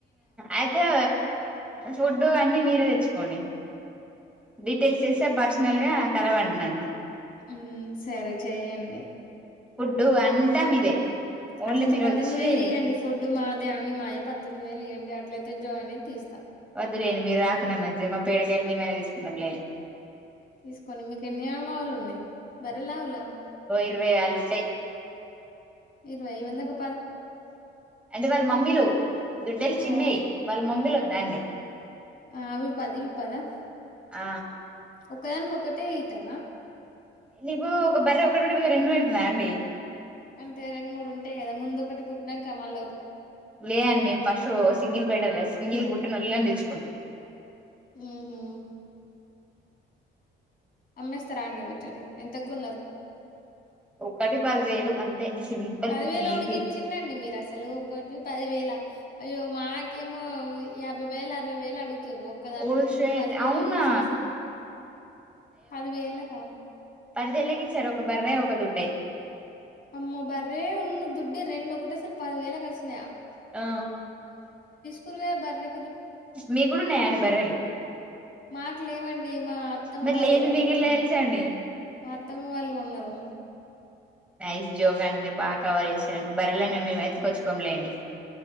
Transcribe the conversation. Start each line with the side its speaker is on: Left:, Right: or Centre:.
Centre: అయితే ఫుడ్డు అన్నీ మీరే తెచ్చుకోండి డీటెయిల్స్ చేస్త పర్సనల్ గా కలవండి నన్ను
Left: ఉ సరే చెయ్యండి
Centre: ఫుడ్డు అంతా మీదే ఓన్లీ
Left: అట్లయితే
Centre: మీరు
Left: పది
Centre: వచ్చి
Left: ఎనిమిది వేలు ఇయ్యండి ఫుడ్ మా అన్ని మాయే పద్దెనీమిది వేలు ఇవ్వండి అట్లయితే జాయిన్ అయి తీస్తా
Centre: వద్దులేండి మీరు రాకున్న మంచి మా పేడ కి వెళ్ళి మేమైనా తీసుకుంటాం లేని
Left: తీసుకొని మీకు ఎన్ని ఆ మా ఆవులు ఉన్నాయి బర్రెలా ఆవులా
Centre: ఇరవైగల్లా ఉంటాయి
Left: ఇరవై ఇవ్వల్దాకా
Centre: అంటే వాళ్ళ మమ్మీలు దుడ్డెలు చిన్నయి
Left: ఓ
Centre: వాళ్ళ మమ్మీలు
Left: ఓ
Centre: ఒద్దఅండి
Left: ఆ అవి పది ఇవి పది ఆ
Centre: ఆ
Left: ఒక దానికి ఒకటే ఈత నా
Centre: నీవు ఒక బర్రె ఒకటి పెట్టకపోతే రెండు పెడుతుందా అండి
Left: అంటే రెండు మూడు ఉంటాయి కదా ముందు ఓక్ కటి పుట్టినంక మళ్ళ
Centre: లేదండి మేము ఫస్టు సింగిల్ బెటర్ సింగిల్ పుట్టినొల్లనే తెచ్చుకుంటాం <inaudible>
Left: ఉహు అమ్మేస్తారా అండి అవ్విటిని ఎంతకొన్నారు
Centre: ఒకటి పదివేలు అంతే సింపుల్
Left: పదివేలు ఒడికి
Centre: ఇది
Left: ఇచ్చిండండి మీరు అసలు ఒకటి పదివేలా అయ్యో మాకేమో యాభై వేల్ అరవై వేల్ అడుగు తున్రు ఒక్కదానికి
Centre: ఓ షట్
Left: మీకు పది వేలు
Centre: అవునా
Left: ఓవలు ఇచ్చింరు అసలు పది వేల కా
Centre: పదివేలకిచ్చారు ఒక బర్రె ఒక దుడ్డే
Left: అమ్మో బర్రే ఉన్ను దుడ్డే రెండు ఒకటే సారి పది వేల కచ్చినయా
Centre: ఆ
Left: పర్గా బర్రె
Centre: మీ కూడా ఉన్నాయండీ బర్రెలు
Left: మాక్ లేవండి మా అత్తమ్మ
Centre: మరి
Left: వాళ్ళు
Centre: లేంది
Left: కొన్నారు
Centre: మిక్ ఎట్ల తెలుసు అండి
Left: మా అత్తమ్మ వాళ్ళు కొన్నారు
Centre: నైస్ జోక్ అండి మీరు బాగా కవర్ చేసారండి మీ బర్రెలని మేము ఏం ఎతుకొచ్చుకోంలేండి